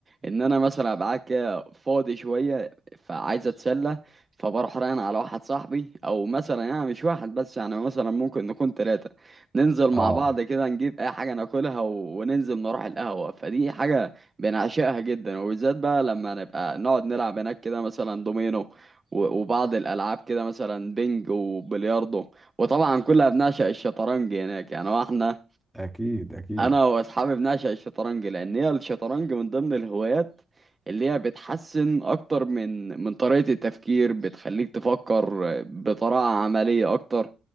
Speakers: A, on the right; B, in the centre.
A: ان انا مثلا ابقى قاعد كده فاضي شويه فعايز اتسلى فبروح رايح على واحد صاحبي او مثلا يعني مش واحد بس يعني مثلا ممكن نكون ثلاثه ننزل مع
B: اه
A: بعض كده نجيب اي حاجه ناكلها و- وننزل نروح القهوه فدي حاجه بنعشقها جدا وبالذات بقى لما نبقى نقعد نلعب هناك كده مثلا دومينو و- وبعض الالعاب كده مثلا بينج وبلياردو وطبعا كلها بنعشق الشطرنج هناك يعني هو احنا
B: اكيد اكيد
A: انا واصحابي بنعشق الشطرنج لان هي الشطرنج من ضمن الهوايات اللي هي بتحسن اكتر من من طريقة التفكير بتخليك تفكر بطريقة عملية اكتر